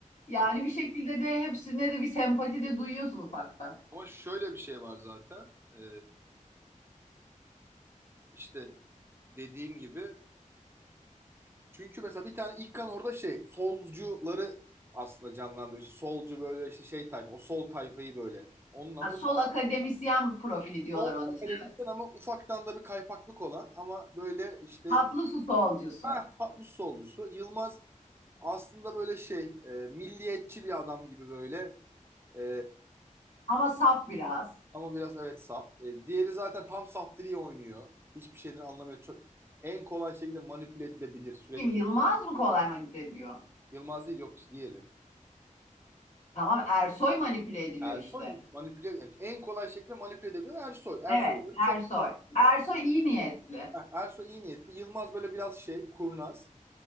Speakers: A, on the left; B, on the right.
A: yani
B: ama,
A: bir şekilde de hepsine de bir sempati de duyuyorsun ufaktan.
B: ama şöyle bir şey var zaten. E, işte dediğim gibi. Çünkü mesela bir tane İlkan orada şey solcuları aslında canlandırıyor. İşte solcu böyle işte şey tayfa, o sol tayfayı böyle. Onun ama
A: Ha, sol akademisyen profili diyorlar
B: o
A: onun
B: akademisyen
A: için evet.
B: ama ufaktan da bir kaypaklık olan ama böyle işte
A: Tatlı su solcusu
B: ah patlus solcusu. Yılmaz aslında böyle şey e, milliyetçi bir adam gibi böyle e,
A: ama saf biraz.
B: ama biraz evet saf. E, diğeri zaten tam saftiri oynuyor. Hiçbir şeyden anlamıyor. Çok, en kolay şekilde manipüle edilebilir sürekli.
A: Kim Yılmaz mı kolay manipüle ediliyor?
B: Yılmaz değil yok işte diğeri.
A: Tamam Ersoy manipüle ediliyor
B: Ersoy
A: işte.
B: manipüle evet. en kolay şekilde manipüle edebilen Ersoy. Ersoy
A: Evet
B: böyle
A: Ersoy.
B: çok saf.
A: Ersoy iyi niyetli.
B: Heh, Ersoy iyi niyetli. Yılmaz böyle biraz şey kurnaz.